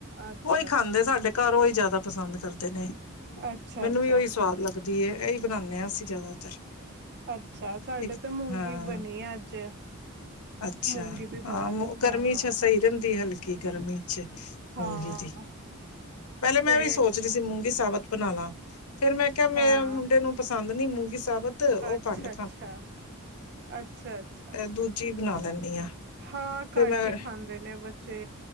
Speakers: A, on the right (about 50°); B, on the left (about 85°).
A: ਅੱਛਾ,
B: ਓਹੀ ਖਾਂਦੇ ਸਾਡੇ ਘਰ ਓਹੀ ਜੈਦਾ ਪਸੰਦ ਕਰਦੇ ਨੇ
A: ਅੱਛਾ,
B: ਮੈਨੂੰ
A: ਅੱਛਾ।
B: ਵੀ ਓਹੀ ਸਵਾਦ ਲੱਗ ਦੀ ਇਹੀ ਬਣਾਉਦੇ ਹਾਂ ਅਸੀਂ ਜ਼ਿਆਦਾਤਰ
A: ਅੱਛਾ, ਸਾਡੇ
B: ਇੱਕ
A: ਤੇ ਮੂੰਗੀ
B: ਹਾਂ
A: ਬਣੀ ਏ ਅੱਜ।
B: ਅੱਛਾ
A: ਮੂੰਗੀ ਦੀ
B: ਹਾਂ
A: ਦਾਲ,
B: ਗਰਮੀ
A: ਹਾਂ,
B: ਚ ਸਹੀ ਰਹਿੰਦੀ ਹਲਕੀ ਗਰਮੀ ਚ
A: ਹਾਂ
B: ਮੂੰਗੀ ਦੀ ਪਹਿਲੇ ਮੈਂ
A: ਤੇ
B: ਵੀ ਸੋਚ ਰਹੀ ਸੀ ਮੂੰਗੀ ਸਾਬਤ ਬਣਾ ਲਾਂ ਫਿਰ ਮੈਂ ਕਿਹਾ ਮੇ
A: ਹਾਂ।
B: ਮੁੰਡੇ ਨੂੰ ਪਸ ਸੰਦ ਨੀ ਮੂੰਗੀ ਸਾਬਤ ਉਹ
A: ਅੱਛਾ,
B: ਕਢ
A: ਅੱਛਾ ਅੱਛਾ ਅੱਛਾ
B: ਦੂਜੀ ਬਣਾ ਲੈਂਦੀ ਹਾਂ
A: ਹਾਂ
B: ਫੇਰ
A: ਘੱਟ
B: ਮੈਂ
A: ਹੀ ਖਾਂਦੇ ਨੇ ਬੱਚੇ,